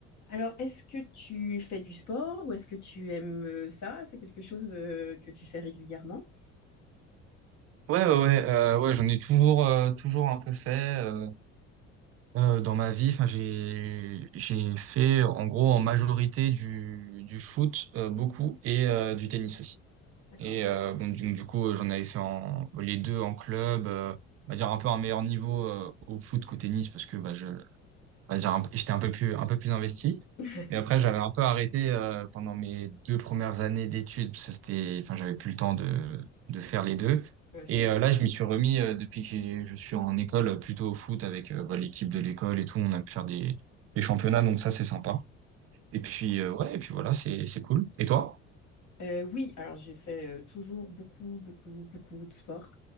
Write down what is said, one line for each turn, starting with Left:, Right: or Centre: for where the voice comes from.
Left: Alors, est-ce que tu fais du sport ou est-ce que tu aimes euh, ça? C'est quelque chose euh, que tu fais régulièrement?
Right: Ouais, ouais, ouais, euh, ouais, j'en ai toujours, euh, toujours un peu fait euh, euh, dans ma vie. Enfin, j'ai, j'ai fait en gros en majorité du, du foot euh, beaucoup et euh, du tennis aussi.
Left: D'accord.
Right: Et euh, bon, du, du coup, j'en avais fait en, les deux en club. euh, on va dire un peu un meilleur niveau euh, au foot qu'au tennis parce que bah, je, on va dire, un- j'étais un peu plus, un peu plus investi.
Left: <laughs>
Right: Et après, j'avais un peu arrêté euh, pendant mes deux premières années d'études, parce que c'était, enfin, j'avais plus le temps de, de faire les deux.
Left: Ouais, c'est-
Right: Et euh, là, je m'y suis remis euh, depuis que j'ai- je suis en école, euh, plutôt au foot avec euh, bah, l'équipe de l'école et tout. On a pu faire des, des championnats, donc ça, c'est sympa. Et puis, euh, ouais, et puis voilà, c'est, c'est cool. Et toi?
Left: Euh, oui, alors j'ai fait euh, toujours beaucoup, beaucoup, beaucoup de sport.